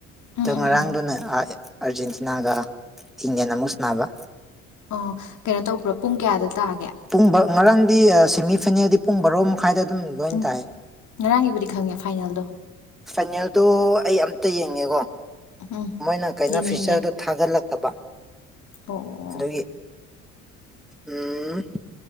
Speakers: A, on the left; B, in the centre.
A: ꯎꯝ ꯎꯝ
B: ꯑ
A: ꯎꯝ
B: ꯉꯔꯥꯡ
A: ꯎꯝ ꯎꯝ
B: ꯑꯗꯨꯅ ꯑꯥꯔꯖꯦꯟꯇꯤꯅꯥꯒ ꯏꯟꯗꯤꯌꯥꯟ ꯑꯃꯨ ꯅꯥꯕ
A: ꯑꯣ ꯀꯩꯅꯣ ꯇꯧꯕ꯭ꯔꯣ ꯄꯨꯡ ꯀꯌꯥꯗ ꯇꯥꯒꯦ
B: ꯨꯡ ꯉꯔꯥꯡꯗꯤ ꯁꯦꯃꯤ ꯐꯥꯏꯅꯦꯜꯗꯤ ꯄꯨꯡ ꯕꯥꯔꯣ ꯃꯈꯥꯏꯗ ꯑꯗꯨꯝ ꯂꯣꯏꯅ
A: ꯎꯝ
B: ꯇꯥꯏ
A: ꯉꯔꯥꯡꯒꯤꯕꯨꯗꯤ ꯈꯪꯉꯦ ꯐꯥꯏꯅꯦꯜꯗꯣ
B: ꯐꯥꯏꯅꯦꯜꯗꯣ ꯑꯩ ꯑꯝꯇ ꯌꯦꯡꯉꯦꯀꯣ
A: ꯎꯝ
B: ꯃꯣꯏꯅ ꯀꯩꯅꯣ
A: ꯌꯦꯡꯅꯤꯡꯉꯦ
B: ꯐꯤꯆꯔꯗ ꯊꯥꯒꯠꯂꯛꯇꯕ
A: ꯑꯣ ꯑꯣ ꯑꯣ
B: ꯑꯗꯨꯒꯤ ꯎꯝ